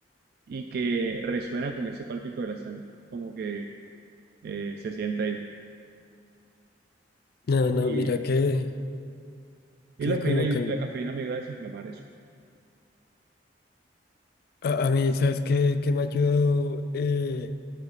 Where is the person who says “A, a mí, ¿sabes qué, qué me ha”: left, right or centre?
Left